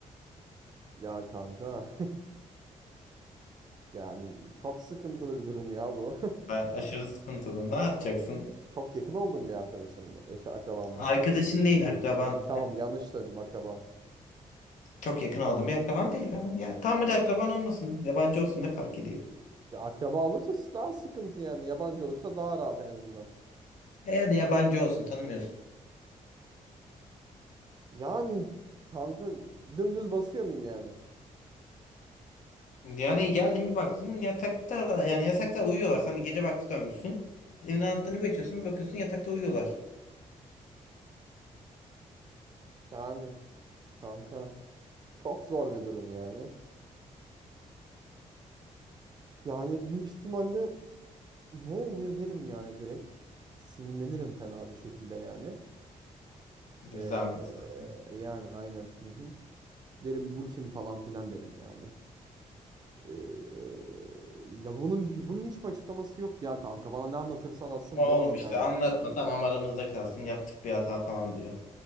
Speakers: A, on the right; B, on the left.
A: Ya kanka <laughs> yani çok sıkıntılı bir durum ya bu.
B: Ben aşırı sıkıntılı. Ne yapacaksın?
A: <laughs> Çok yakın olduğum bir arkadaşım mı? Eşi akrabam mı?
B: Arkadaşın
A: Arkadaşım
B: değil
A: diyorum.
B: akraban.
A: Tamam yanlış söyledim akrabam.
B: Çok yakın aldığım bir akraban değil ama. Ya tam bir akraban olmasın. Yabancı olsun ne fark ediyor?
A: Ya akraba olursa daha sıkıntı yani. Yabancı olursa daha rahat en azından.
B: E yani yabancı olsun tanımıyorsun.
A: Yani kanka dümdüz basıyor muyum yani?
B: Yani geldin bir baktın yatakta yani yatakta uyuyorlar. Sen de gece vakti dönmüşsün. Evin anahtarını geçiyorsun bir bakıyorsun yatakta uyuyorlar.
A: Yani kanka çok zor bir durum yani. Yani büyük ihtimalle ne oluyor derim yani direkt. Sinirlenirim fena bir şekilde yani.
B: Bir
A: Ee,
B: zahmet zaten.
A: e, yani aynen. Hı hı. Derim bu kim falan filan derim yani. Ee, ya bunun bir- bunun hiçbir açıklaması yok ya kanka. Bana ne anlatırsa anlatsın
B: Oğlum
A: boş
B: işte
A: yani.
B: anlatma tamam aramızda kalsın yaptık bir hata falan diyor.